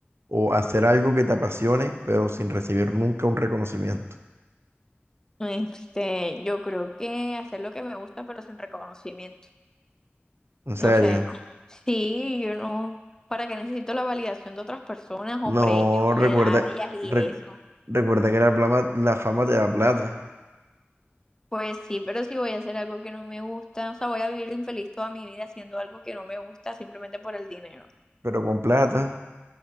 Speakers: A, on the right; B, on the left.
A: o hacer algo que te apasione pero sin recibir nunca un reconocimiento?
B: Este, yo creo que hacer lo que me gusta, pero sin reconocimiento.
A: En serio.
B: No sé, no. Sí, yo no. ¿Para qué necesito la validación de otras personas
A: No,
B: o premios, medallas
A: recuerda,
B: y
A: recu-
B: eso?
A: recuerda que la fama la fama te da plata,
B: Pues sí, pero si voy a hacer algo que no me gusta, o sea, voy a vivir infeliz toda mi vida haciendo algo que no me gusta simplemente por el dinero.
A: pero con plata